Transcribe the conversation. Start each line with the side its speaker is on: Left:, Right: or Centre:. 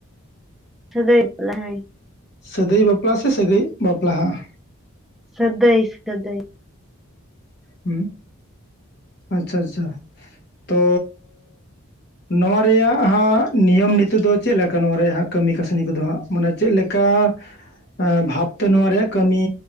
Centre: ᱥᱟᱹᱫᱟᱹᱭ ᱵᱟᱯᱞᱟ ᱦᱳᱭ,
Left: ᱥᱟᱹᱫᱟᱹᱭ ᱵᱟᱯᱞᱟ ᱥᱮ ᱥᱟᱹᱜᱟᱹᱭ ᱵᱟᱯᱞᱟ ᱦᱟᱜ,
Centre: ᱥᱟᱹᱫᱟᱹᱭ ᱥᱟᱹᱫᱟᱹᱭ,
Left: ᱦᱩᱸ ᱟᱪᱪᱷᱟ ᱟᱪᱪᱷᱟ ᱛᱚ, ᱱᱚᱣᱟ ᱨᱮᱭᱟᱜ ᱦᱟᱸᱜ ᱱᱤᱭᱚᱢ ᱱᱤᱛᱤ ᱫᱚ ᱪᱮᱜ ᱞᱮᱠᱟ ᱱᱚᱣᱟ ᱨᱮᱭᱟᱜ ᱦᱟᱸᱜ ᱠᱟᱹᱢᱤ ᱠᱟᱹᱥᱱᱤ ᱠᱚᱫᱚ ᱦᱟᱸᱜ ᱢᱟᱱᱮ ᱪᱮᱜ ᱞᱮᱠᱟ? ᱠᱟ ᱵᱷᱟᱵᱛᱮ ᱱᱚᱣᱟ ᱨᱮᱭᱟᱜ ᱠᱟᱹᱢᱤ